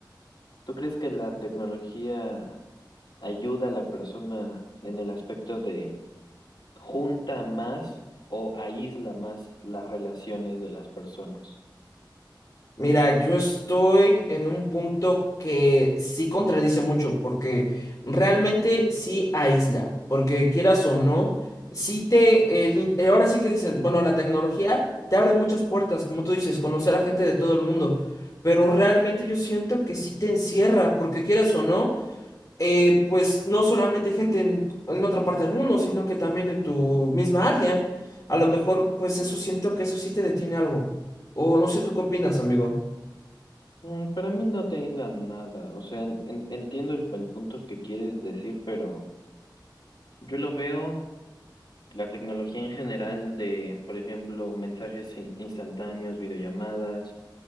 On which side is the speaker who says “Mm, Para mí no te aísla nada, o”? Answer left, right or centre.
Left